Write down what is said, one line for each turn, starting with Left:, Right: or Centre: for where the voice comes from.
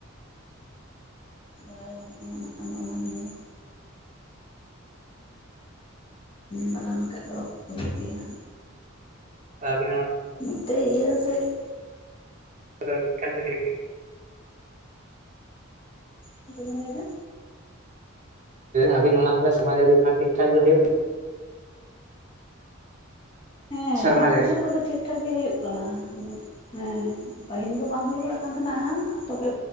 Left: ᱵᱟᱲᱟᱭ ᱵᱟᱹᱱᱩᱜᱼᱟ ᱚᱱᱟ ᱢᱟᱱᱮ ᱫᱚ <inaudible> ᱞᱮᱠᱷᱟᱡ ᱫᱚ ᱦᱩᱭᱩᱜ ᱜᱮᱭᱟ
Right: ᱟᱹᱵᱤᱱ
Left: ᱱᱚᱛᱮ ᱤᱭᱟᱹ ᱥᱮᱫ ᱼᱼ
Right: ᱟᱫᱚ ᱴᱤᱠ ᱴᱷᱟᱠ ᱜᱮ ᱞᱟᱹᱭ ᱵᱤᱱ
Left: ᱪᱮᱜ ᱵᱤᱱ ᱞᱟᱹᱭ ᱮᱫᱟ?
Right: ᱟᱵᱤᱱ ᱚᱱᱟ ᱥᱚᱢᱡᱽᱡ ᱴᱷᱤᱠ ᱴᱷᱟᱠ ᱜᱮ ᱦᱳᱭᱳᱜ ᱼᱼ
Left: ᱦᱮᱸ
Right: ᱥᱮᱨᱢᱟ
Left: ᱞᱟᱦᱟ
Right: ᱡᱟᱹᱲᱤ
Left: ᱵᱚᱪᱷᱚᱨ ᱠᱷᱚᱡ ᱫᱚ ᱴᱷᱤᱠ ᱴᱷᱟᱠ ᱜᱮ ᱦᱩᱭᱩᱜ ᱠᱟᱱᱟ ᱾ ᱦᱮᱸ ᱯᱟᱦᱤᱞ ᱫᱚ ᱵᱟᱝ ᱦᱩᱭ ᱵᱟᱲᱟᱜ ᱠᱟᱱ ᱛᱟᱦᱮᱸᱱᱟ ᱛᱚᱵᱮ